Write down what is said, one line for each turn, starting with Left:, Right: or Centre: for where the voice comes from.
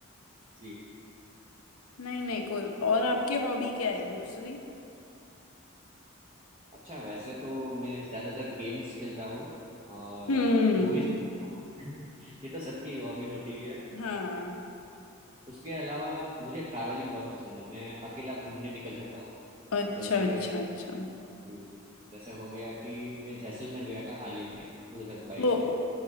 Right: जी
Left: नहीं नहीं कोई और आपकी हॉबी क्या है दूसरी
Right: अच्छा वैसे तो मैं ज़्यादातर गेम्स खेलता हूँ और
Left: हम्म
Right: मूवीज देखता हूँ <laughs> ये तो सबकी हॉबी होती है
Left: हाँ
Right: उसके अलावा मुझे ट्रैवलिंग बहुत पसंद है मैं अकेला घूमने निकल जाता हूँ
Left: अच्छा
Right: जैसे
Left: अच्छा अच्छा
Right: जी। जैसे हो गया कि मैं जैसलमेर गया था हाल ही में 2022
Left: तो
Right: में